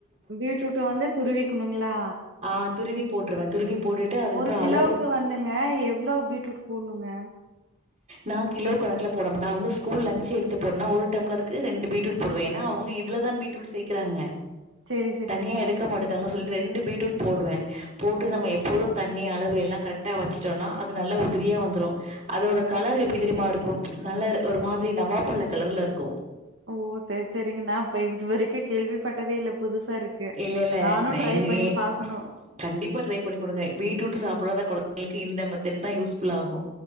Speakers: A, on the right; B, on the right.
A: பீட்ரூட்டு வந்து துருவிக்குணுங்ளா
B: ஆ துருவி போட்ருவ துருவி போட்டுட்டு அதுக்கப்புறம்
A: ஒரு கிலோவுக்கு
B: அளவு
A: வந்துங்க எவ்ளோ பீட்ரூட் போட்ணுங்க
B: நா கிலோ கணக்ல போட மாட்ட அவ்ங்க ஸ்கூல் லஞ்ச்சு எடுத்து போன்னா ஒரு டம்ளருக்கு ரெண்டு பீட்ருட் போடுவே ஏன்னா அவுங்க இத் த்லதா பீட்ரூட் சேக்குறாங்க
A: செரி செரிங்க
B: தனியா எடுக்க மாட்டுக்காங்க <unintelligible> ரெண்டு பீட்ரூட் போடுவே போட்டு
A: ஓ
B: நம்ம எப்போது தண்ணி அளவு எல்லா கரெக்ட்டா வச்சுட்டோனா அது நல்ல உதிரியா வந்துரு அதோட
A: ஓ
B: கலர் எப்டி தெரியுமா இருக்கு நல்ல ஒரு மாத்ரி நவ்வாப்பழ கலர்ல இருக்கு
A: ஓ செர் செரிங்க நா இப்ப இது வரைக்கு கேள்விப்பட்டதே இல்ல புதுசா இருக்கு
B: இல்லெல்ல
A: நானு
B: நீங்கே
A: ட்ரை பண்ணி பாக்கணு
B: கண்டிப்பா ட்ரை பண்ணி குடுங்க பீட்ரூட்டு
A: ம்
B: சாப்புடாத கொழந்தைங்களுக் கு இந்த மெத்தட் தா யூஸ் ஃபுல்லாகு